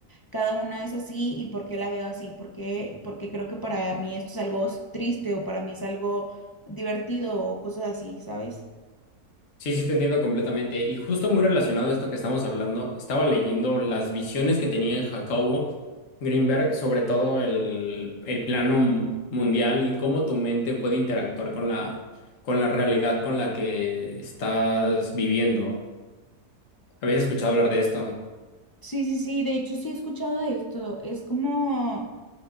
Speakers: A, on the left; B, on the left.
A: cada una es así y por qué la veo así, por qué, porque creo que para mí esto es algo triste o para mí es algo divertido o cosas así, ¿sabes?
B: Sí, sí, te entiendo completamente. Y justo muy relacionado a esto que estamos hablando, estaba leyendo las visiones que tenía en Jacobo Greenberg sobre todo el, el plano m- mundial y cómo tu mente puede interactuar con la, con la realidad con la que estás viviendo. ¿Habías escuchado hablar de esto?
A: Sí, sí, sí, de hecho sí he escuchado de esto, es como...